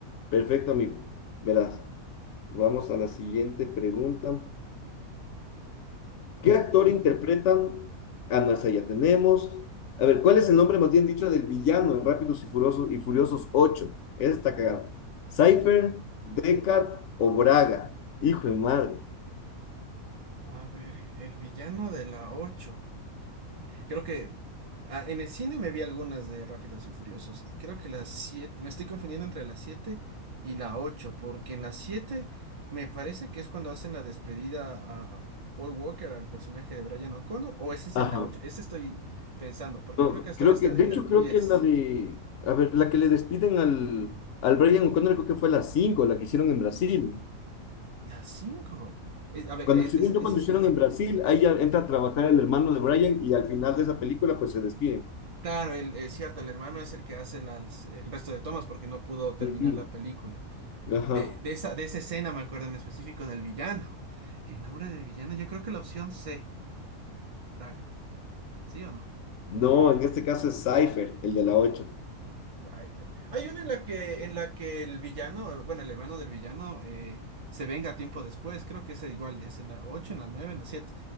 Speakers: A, on the left; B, on the right.
A: Perfecto, amigo. Verás, vamos a la siguiente pregunta. ¿Qué actor interpretan? Ah, no, esa ya tenemos. A ver, ¿cuál es el nombre más bien dicho del villano en Rápidos y Furiosos y Furiosos 8? Esa está cagada. ¿Cypher,
B: Sí.
A: Deckard o Braga? Hijo de madre.
B: A ver, el villano de la ocho Creo que ah, en el cine me vi algunas de Rápidos y Furiosos. Creo que las 7 me estoy confundiendo entre las 7 y la 8 porque en las 7 me parece que es cuando hacen la despedida a Paul Walker, al personaje de Brian O'Connor, o ese es
A: Ajá.
B: en la ocho ese estoy pensando, porque
A: No,
B: creo que hasta
A: creo
B: ahora están
A: que, de
B: en
A: hecho,
B: la diez
A: creo que la de, a ver, la que le despiden al, al Brian O'Connor, creo que fue la 5, la que hicieron en Brasil.
B: la cinco Es- a ver,
A: Cuando,
B: e-
A: según
B: ese,
A: yo,
B: ese
A: cuando
B: sí
A: hicieron
B: me acuerdo.
A: en Brasil, ahí ya entra a trabajar el hermano de Brian y al final de esa película pues se despiden.
B: Claro, el, es cierto, el hermano es el que hace las, el resto de tomas porque no pudo terminar
A: Ujú.
B: la película.
A: Ajá.
B: De, de esa, de esa escena me acuerdo en específico del villano. El nombre del villano, yo creo que la opción C, Braga. ¿Sí o no?
A: No, en este caso es Cypher, el de la ocho
B: Rider. Hay una en la que, en la que el villano, bueno, el hermano del villano, eh, se venga tiempo después, creo que es igual, es en la ocho en la nueve en la 7